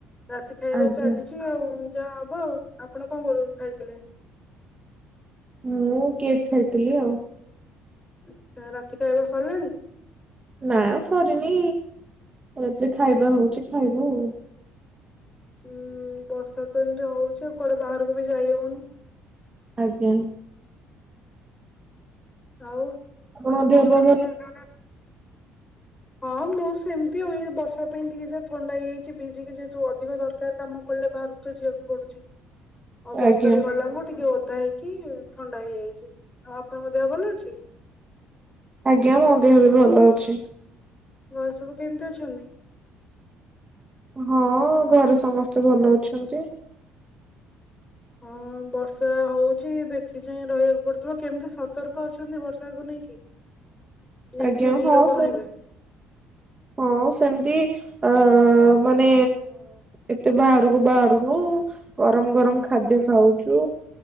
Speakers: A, on the left; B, on the right.
A: ରାତି ଖାଇବା
B: ଆଜ୍ଞା
A: ଚାଲିଛି ଆଉ ଯାହା ହବ ଆଉ ଆପଣ କଣ କରୁ ଖାଇଥିଲେ?
B: ମୁଁ କେକ୍ ଖାଇଥିଲି ଆଉ।
A: ଆଚ୍ଛା ରାତି ଖାଇବା ସରିଲାଣି?
B: ନା ସରିନି ରାତିରେ ଖାଇବା ହଉଛି ଖାଇବୁ ଉ
A: ଉଁ ଉଁ ବର୍ଷା ତ ଏମିତି ହଉଛି ଆଉ କୁଆଡେ ବାହାରକୁ ବି ଯାଇ ହଉନି।
B: ଆଜ୍ଞା।
A: ଆଉ
B: ଆପଣଙ୍କ
A: କଣ
B: ଦେହ ପା ଭଲ
A: <inaudible> ହଁ ମୋର ସେମିତି ଆଉଇ ବର୍ଷା ପାଇଁ ଟିକେ ଯହା ଥଣ୍ଡା ହେଇଯାଇଛି ଭିଜିକି ଯେହେତୁ ଅଧିକ ଦରକାର କାମ ପଡ ହେଲେ ବାହାରୁ ତ ଯିବାକୁ ପଡୁଚି ଆଉ ବର୍ଷାରେ
B: ଆଜ୍ଞା
A: ଗଲା ଖୁଣୁ ଟିକେ ଓ ଓଦା ହେଇକି ଥଣ୍ଡା ହେଇଯାଇଛି ଆଉ ଆପଣଙ୍କ ଦେହ ଭଲ ଅଛି।
B: ଆଜ୍ଞା ମୋ ଦେହ ବି ଭଲ ଅଛି।
A: ଘରେ ସବୁ କେମିତି ଅଛନ୍ତି?
B: ହଁ ଘରେ ସମସ୍ତେ ଭଲ ଅଛନ୍ତି।
A: ହଁ। ହଁ ବର୍ଷା ହଉଚି ଦେଖି ଚାାଇଁ ରହିବାକୁ ପଡୁଥିବ କେମିତି ସତର୍କ ଅଛନ୍ତି ବର୍ଷାକୁ ନେଇକି ଯେମିତି
B: ଆଜ୍ଞା
A: ନିରୋଗ
B: ହଁ ସେ
A: ରହିବେ।
B: ହଁ ସେମିତି ଅ ମାନେ ଏତେ ବାହାରକୁ ବାହାରୁନୁ। ଗରମ। ଗରମ ଖାଦ୍ୟ
A: ହୁଁ।
B: ଖାଉଚୁ,